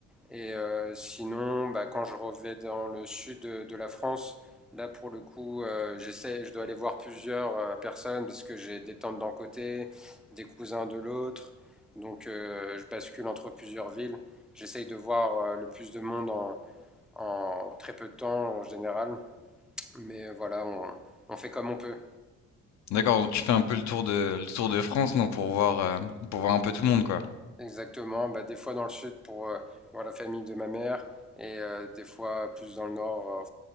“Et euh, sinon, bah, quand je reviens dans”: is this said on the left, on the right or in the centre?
Centre